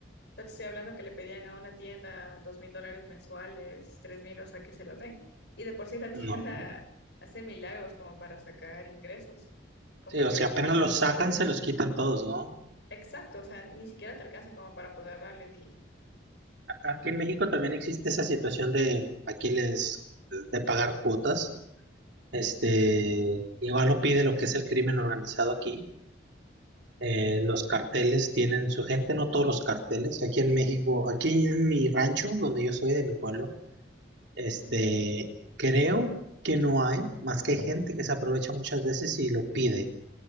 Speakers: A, on the left; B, on the right.
A: sea, te estoy hablando que le pedían a una tienda dos mil dólares mensuales, tres mil, o sea, que se los den. Y de por sí la tienda
B: No.
A: <laughs> hace milagros como para sacar ingresos, como
B: Sí,
A: para
B: o
A: que
B: sea,
A: vengan.
B: apenas los sacan, se los quitan todos, ¿no?
A: Exacto, o sea, ni siquiera te alcanza como para poder darles y...
B: Aquí en México también existe esa situación de aquí les de pagar cuotas. Este, igual lo pide lo que es el crimen organizado aquí. Eh, los carteles tienen su gente, no todos los carteles. Aquí en México, aquí en mi rancho, donde yo soy de mi pueblo, este,
A: Ujú.
B: creo que no hay, más que hay gente que se aprovecha muchas veces y lo pide.